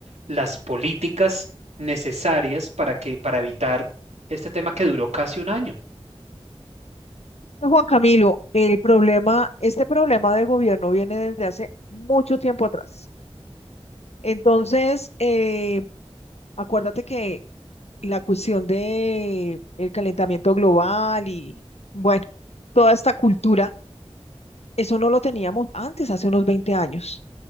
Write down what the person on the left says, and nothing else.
Juan Camilo, el problema, este problema de gobierno viene desde hace mucho tiempo atrás. Entonces, eh, acuérdate que la cuestión de el calentamiento global y, bueno, toda esta cultura, eso no lo teníamos antes, hace unos 20 años,